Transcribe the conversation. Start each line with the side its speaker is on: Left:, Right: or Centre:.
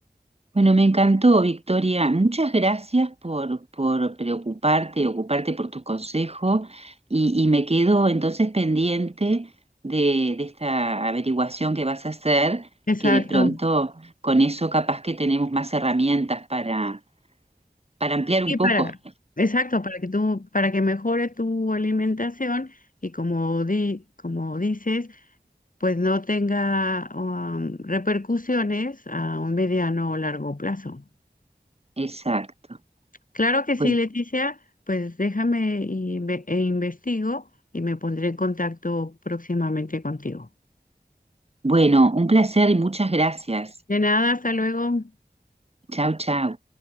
Right: Bueno, me encantó, Victoria. Muchas gracias por, por preocuparte, ocuparte por tu consejo y, y me quedo entonces pendiente de, de esta averiguación que vas a hacer,
Left: Exacto.
Right: que de pronto con eso capaz que tenemos más herramientas para, para ampliar
Left: Y
Right: un
Left: para,
Right: poco.
Left: exacto, para que tú, para que mejore tu alimentación y como di, como dices, pues no tenga um, repercusiones a un mediano o largo plazo.
Right: Exacto.
Left: Claro que sí,
Right: Bueno,
Left: Leticia, pues déjame y e investigo y me pondré en contacto próximamente contigo.
Right: bueno, un placer y muchas gracias.
Left: De nada, hasta luego.
Right: Chau, chau.